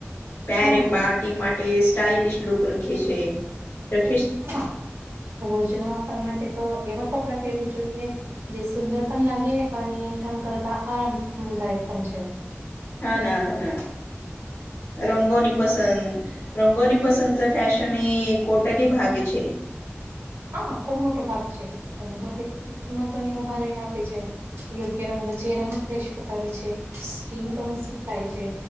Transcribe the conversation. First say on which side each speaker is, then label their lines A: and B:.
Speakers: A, on the left; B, on the right.
A: પેરે
B: હા
A: પર માટે સ્ટાઇલશ લુક રખે છે. રખીશ
B: હા, રોજના વાપર માટે તો એવા કપડા પહેરવું જોઈએ જે સુંદર પણ લાગે અને કામ કરતા આરામદાયક પણ છે.
A: હા, ના ના રંગો ની પસંદ રંગોની પસંદ ફેશન એ કોટલી ભાગે છે.
B: હા, ખુબ મોટો ભાગ છે, જમા વ્યક્તિત્માં તોને ઉભારે આપે છે. યોગ્ય રંગ ચેરાની ક્રેશ બતાવે છે, સ્કીિન ટોન સેપ્ટ થાય છે.